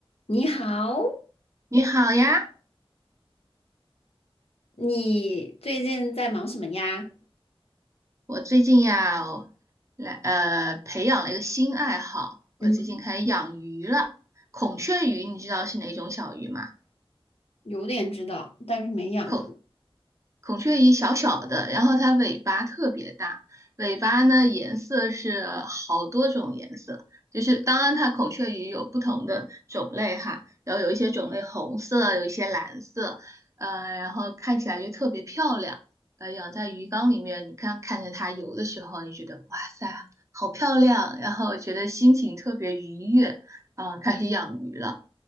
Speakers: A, on the left; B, on the right.
A: 你好，
B: 你好呀，
A: 你最近在忙什么呀？
B: 我最近呀，我来呃培养了一个新爱好，我最近开始养鱼了。
A: 嗯哼，
B: 孔雀鱼你知道是哪种小鱼吗？
A: 有点知道，但是没养过。
B: 孔孔雀鱼小小的，然后它尾巴特别大，尾巴呢颜色是好多种颜色，就是当然它孔雀鱼有不同的种类哈，然后有一些种类红色，有一些蓝色，呃，然后看起来就特别漂亮，呃，养在鱼缸里面，你看看着它游的时候，你觉得哇塞，好漂亮，然后觉得心情特别愉悦，啊、开始养鱼了，